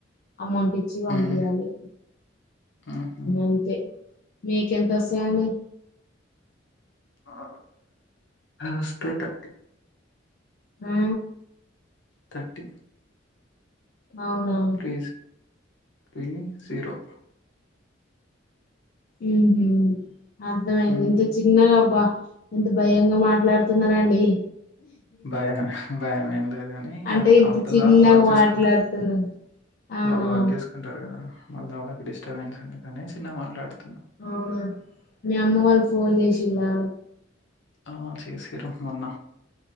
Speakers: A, on the left (about 50°); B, on the left (about 65°).
A: అమౌంట్ ఇచ్చి పంపియాలి
B: మ్మ్ ఆహా
A: అంతే మీకెంతొస్ సయండి
B: ఆ ఒస్తయి థట్టీ
A: ఆ
B: థర్టీ
A: అవునవును
B: త్రీ త్రీ జీరో
A: ఉహ అర్థమయింది
B: మ్మ్.
A: ఇంత చిన్నగా అబ్బా ఎంత భయంగా మాట్లాడుతున్నారాడి
B: భయం భయం ఏం లేదు కాని
A: అంటే ఇంత
B: అవతలా
A: చిన్నగా
B: వర్క్ చేసుకుంటారు
A: మాట్లాడుతున్నారు ఆహా
B: వాళ్ళు అగ్గేసుకుంటారు కదా మళ్ళీ వాళ్ళకి డిస్టర్బెన్స్ ఉంది కానీ చిన్న మాట్లాడుతారు
A: అవునా మీ అమ్మ వాళ్ళకి ఫోన్ చేసిలా
B: ఆ చేసిరు మొన్న